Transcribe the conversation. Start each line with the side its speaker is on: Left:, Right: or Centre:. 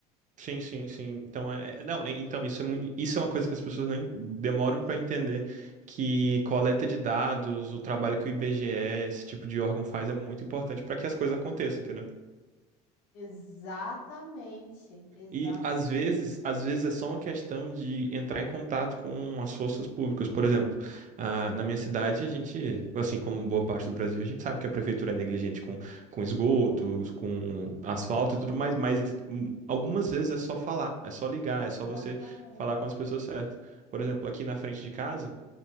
Right: Sim, sim, sim. Então, é, é- não, é- então isso é, mui- isso é uma coisa que as pessoas nem demoram para entender que coleta de dados, o trabalho que o IBGE, esse tipo de órgão faz é muito importante para que as coisas aconteçam, entendeu?
Left: Exatamente, exatamente,
Right: E às vezes, às vezes é só uma questão de entrar em contato com as forças públicas. Por exemplo, ah, na minha cidade, a gente, assim como boa parte do Brasil, a gente sabe que a prefeitura é negligente com, com esgoto, com asfalto e tudo mais, mas hum, algumas vezes é só falar, é só ligar,
Left: exatamente.
Right: é só você falar com as pessoas certas. Por exemplo, aqui na frente de casa